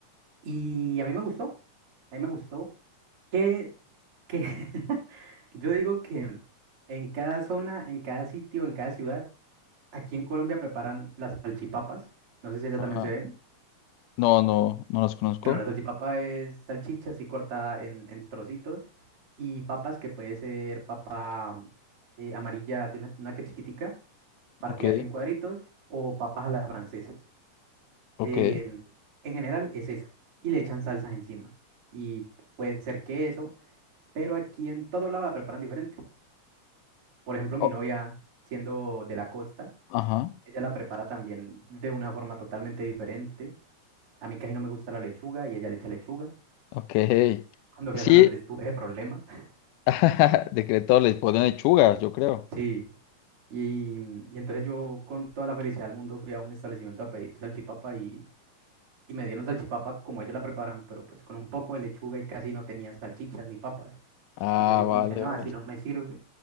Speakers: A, on the right; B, on the left.
A: Y a mí me gustó, a mí me gustó que, que <laughs> yo digo que en cada zona, en cada sitio, en cada ciudad, aquí en Colombia preparan las salchipapas. No sé si allá
B: Ajá.
A: también se ven.
B: No, no, no los conozco.
A: Bueno, la salchipapa es salchicha así cortada en, en trocitos y papas que puede ser papa mm, eh, amarilla de una, una que chiquitica, partida
B: Ok,
A: así en cuadritos o papas a la francesa.
B: ok.
A: Eh, en general es eso. Y le echan salsas encima. Y puede ser queso, pero aquí en todo lado la preparan diferente. Por ejemplo, mi
B: O-
A: novia, siendo de la costa,
B: ajá,
A: ella la prepara también de una forma totalmente diferente. A mí casi no me gusta la lechuga y ella le echa lechuga.
B: ok.
A: Cuando fui
B: Sí,
A: a San Andrés tuve ese problema. <laughs>
B: <laughs> decretó, les ponen lechugas, yo creo.
A: Sí. Y, y entonces yo con toda la felicidad del mundo fui a un establecimiento a pedir salchipapa y y me dieron salchipapa como ellos la preparan, pero pues con un poco de lechuga y casi no tenía salchichas ni papas.
B: Ah,
A: Entonces yo
B: vale,
A: como que no,
B: vale.
A: así no me sirve.